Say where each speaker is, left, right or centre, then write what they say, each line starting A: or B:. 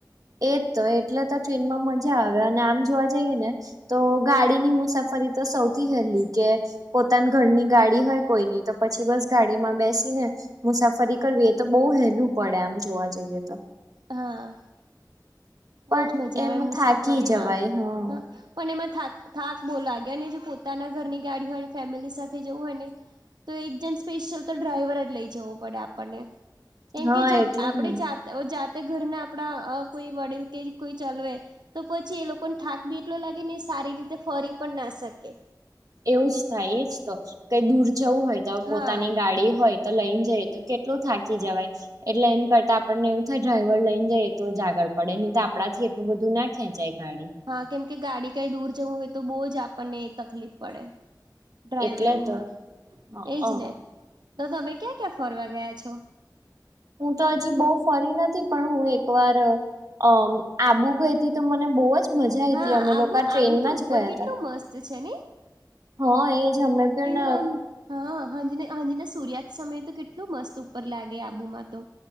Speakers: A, on the right (about 55°); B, on the right (about 80°).
A: એજ તો એટલે તો ટ્રેનમાં મજા આવે અને આમ જોવા જઈએ ને તો ગાડીની મુસાફરી તો સૌથી હેલી કે પોતાના ઘરની ગાડી હોય કોઈની તો પછી બસ ગાડીમાં બેસી ને મુસાફરી કરવી એ તો બહુ હેલું પડે આમ જોવા જઈએ તો
B: હા બહુજ
A: પણ
B: મજા
A: એમાં
B: આવે મુસાફરીમાં
A: થાકી જવાય હા
B: હ પણ એમાં થા થાક બહુ લાગે અને જો પોતાના ઘરની ગાડી હોય ફેમિલી સાથે જવું હોય ને તો એક જણ સ્પેશિયલ તો ડ્રાઈવર જ લઈ જવું પડે આપણને કેમ
A: હા
B: કે જો
A: એટલે
B: આપણે
A: જ ને
B: જાત જાતે ઘરના આપડા કોઈ વડીલ કે કોઈ ચાલવેય તો પછી એ લોકોને થાક બી એટલો લાગે ને સારી રીતે ફરી પણ ના શકે
A: એવું જ થાય એજ તો કઈ દૂર જવું હોય તો
B: હા
A: પોતાની ગાડી હોય તો લઈને જઈ તો કેટલું થાકી જવાય એટલે એમ કરતાડણને એવું થાય ડ્રાઈવર લઈને જઈએ તો જાગળ પડે નહી તો આપડા થી એટલું બધું ના ખેંચાય ગાડી
B: હા કેમ કે ગાડી કઈ દૂર જવું હોય તો બહુ જ આપણને તકલીફ પડે ડ્રાઈવરિંગમાં
A: એટલે તો અ
B: એ જ ને દા ત તમે ક્યાં ક્યાં ફરવા ગયા છો
A: હું તો હજી બહ ફરી નથી પણ હું એક વાર અમ આબુ ભાઈથી તો મને બહ જ મજા આઈ
B: હા
A: હતી અમે
B: આબુ
A: લોકો આ ટ્રેનમાં
B: આબુ તો
A: જ
B: ઉપર
A: ગયા
B: કેટલું
A: ત
B: મસ્ત છે ને
A: હા એજ અમે પણ
B: એનો આમ હા હા હાજીને સૂર્યાત સમયે તો કેટલોું મસ્ત ઉપર લાગે આબુમાં તો